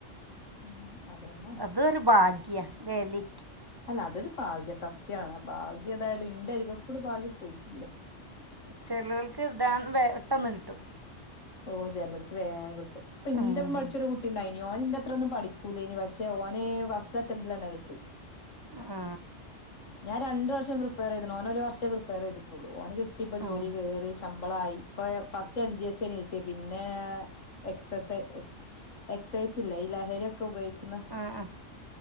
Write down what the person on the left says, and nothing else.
ഉം അതുകൊണ്ടാണ്
അല്ല അതൊരു ഭാഗ്യ. സത്യാണ് ഭാഗ്യതായാലും ഇൻ ൻ്റരികക്കൂട് ഭാഗ്യം പോയിട്ടില്ലപ്പോ.
ഓ ജെലോൽക്ക് വേ ങ്ക് ട്ടും ഇപ്പൊ ഇൻ്റപ്പം
പഠിച്ചൊരു കുട്ടിണ്ടായിനി. ഓൻ ഇൻ്റെ ത്രൊന്നും പഠിക്കൂലേനി. പക്ഷെ ഓന് വസ്റ്ററ്റംറ്റ്ലന്നെ കിട്ടി.
ഞാൻ രണ്ട് വർഷം പ്രിപ്പയർ ചെയ്ത്ണ്. ഓനൊരു വർഷേ പ്രിപ്പയർ ചെയ്തിട്ടുള്ളു. ഓന് കിട്ടി ഇപ്പൊ ജോലി
കേറി, ശമ്പളായി ഇപ്പോ, ഫസ്റ്റ് എൽ ജി എസേനി കി ട്ട്യെ. പിന്നെ എക്സസ് എക്സൈസ് ഇല്ലേ ഈ ലഹരിയൊക്കെ ഉപയോ ക്കുന്ന